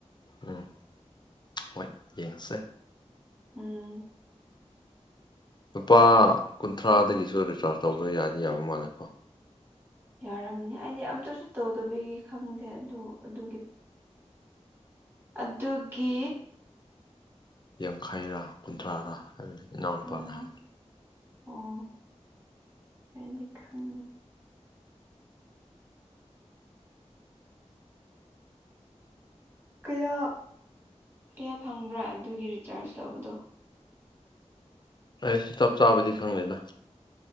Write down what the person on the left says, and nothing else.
ꯎꯝ ꯍꯣꯏ ꯌꯦꯡꯁꯦ
ꯂꯨꯄꯥ ꯀꯨꯟꯊ꯭ꯔꯥꯗꯒꯤꯁꯨ ꯔꯤꯆꯥꯔꯖ ꯇꯧꯕ ꯌꯥꯗꯤ ꯌꯥꯕ ꯃꯥꯜꯂꯦꯀꯣ
ꯌꯥꯡꯈꯩꯔꯥ ꯀꯨꯟꯊ꯭ꯔꯥꯔꯥ ꯍꯥꯏꯕꯗꯤ ꯏꯅꯥꯎ ꯅꯨꯄꯥꯥꯟꯅ
ꯍꯥꯏ
ꯑꯩꯁꯨ ꯆꯞ ꯆꯥꯕꯗꯤ ꯈꯪꯗꯦꯗ